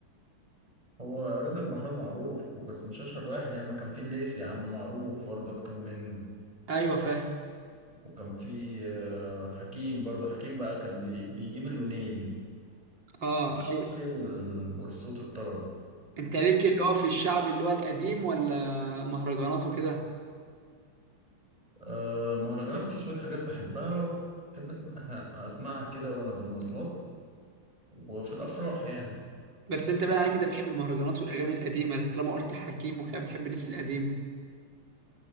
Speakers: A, on the right; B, on the right.
A: هو رضا البحراوي معروف بس مش اشهر واحد يا عم كان في الليسي يا عم معروف برضه اكتر منه
B: ايوه فاهم
A: وكان في آه، حكيم برضه حكيم بقى كان بي- بيجيب اللونين
B: اه
A: الشعبي
B: ايوه
A: وال- والصوت الطرب
B: انت ليك اللي هو في الشعب اللي هو القديم ولا مهرجانات وكده
A: آه، مهرجانات في شوية حاجات بحبها بحب أسمعها أسمعها كده وأنا في المواصلات وفي الأفراح يعني
B: بس انت باين عليك انت بتحب المهرجانات والاغاني القديمه لكن طالما قلت حكيم وكده بتحب الناس القديمه